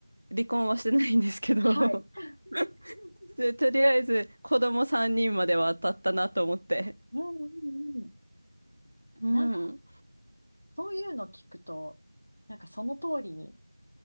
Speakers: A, on the right (about 60°); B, on the left (about 65°).
A: 離婚はしてないんですけど、
B: はい。<laughs>
A: <laughs> で、とりあえず子供3人までは当たったなと思って。
B: うんうんうん。
A: うん。
B: なんかそういうの聞くと、なんかその通りに